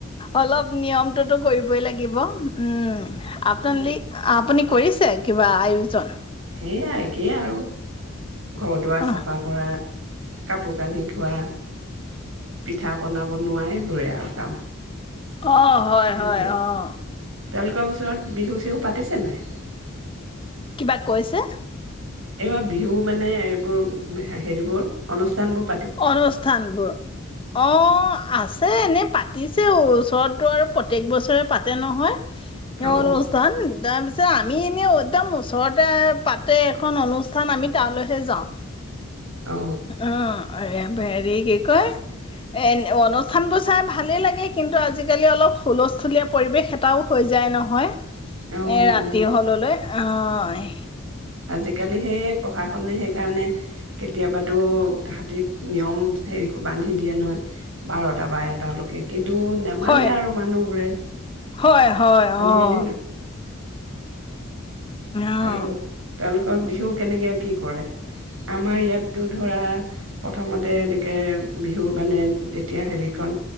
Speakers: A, on the left; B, on the right.
A: অলপ নিয়ম। কৰিবই লাগিব আপোনালি
B: অ
A: আপুনি কৰিছে কিবা আয়োজন
B: সেয়াই একেই আৰু ঘৰ দুৱাৰ
A: অঁ
B: চাফা কৰা। কাপোৰ কানি ধোঁৱা, পিঠাপনা বনোৱা, এইবোৰে আৰু কাম।
A: অ', হয়-হয়
B: সেইবোৰে
A: অ'।
B: তেওঁলোকৰ ওচৰত বিহু চিহু পাতিছেনে নাই?
A: কিবা কৈছে?
B: এইবাৰ বিহু মানে এইবোৰ হেৰিবোৰ অনুষ্ঠানবোৰ
A: অনুষ্ঠানবোৰ অ' আছে এনে পাতিছে ওচৰত। <unintelligible> টো আৰু প্ৰত্যেক বছৰে পাতে নহয়। <unintelligible>
B: অ
A: <unintelligible> আমি এনে একদম ওচৰতে পাতে এখন অনুষ্ঠান আমি তালৈহে যাওঁ।
B: অ
A: অ'। <unintelligible> হেৰি কি কয় এই অনুষ্ঠানবোৰ। <inaudible> ভালেই লাগে কিন্তু আজিকালি অলপ হুলস্থলীয়া পৰিৱেশ এটাও হৈ যায় নহয়।
B: অ
A: এ ৰাতি
B: অ
A: হ'ললৈ অ' হয়।
B: আজিকালি সেই প্ৰশাসন নে সেইকাৰণে কেতিয়াবাতো হাতীত নিয়ম হেৰি বান্ধি দিয়ে নহয় বাৰটা বা এটালৈকে। কিন্তু নেমানানে
A: হয়
B: আৰু মানুহবোৰে,
A: হয় হয় অঁ
B: আজিকালি না
A: অঁ
B: আৰু তেওঁলোক কৰ বিহু কেনেকৈ কি কৰে? আমাৰ ইয়াততো ধৰা প্ৰথমতে এনেকৈ বিহুৰ মানে যেতিয়া হেৰিকন